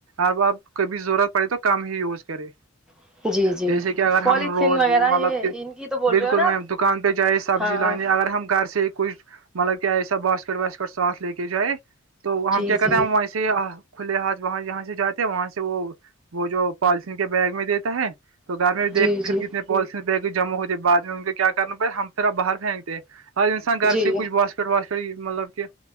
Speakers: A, on the right; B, in the centre.
A: اب اپ کبھی ضرورت پڑی تو کم ہی یوز کرے
B: ہیں جی جی
A: جیسے کہ اگر ہم
B: پولیتھین
A: روز
B: وغیرہ
A: مطلب
B: یہ
A: کہ
B: ان کی تو بول
A: بالکل
B: رہے ہو نا
A: میں
B: آپ
A: دکان پہ جائ سبزی
B: ہاں
A: لانی اگر ہم گھر سے کوچھ مطلب کہ ایسا باسکٹ واسکٹ ساتھ لے کے جائے تو ہم
B: جی
A: کیا کہتے
B: جی
A: ہیں ہم کھلے ہاتھ وہاں جاں سے جاتے ہیں وہاں سے وہ وہ جو پالیسین کے بیگ میں دیتا ہے تو گھر میں بھی
B: جی
A: دیک پھر
B: جی
A: کتنے جمع ہوتے بعد میں ان کو کیا کرنا پڑ ہمھر باہر پھینکتے ہر انسان گھر
B: جی
A: سے کچھ باس واس مطلب کہ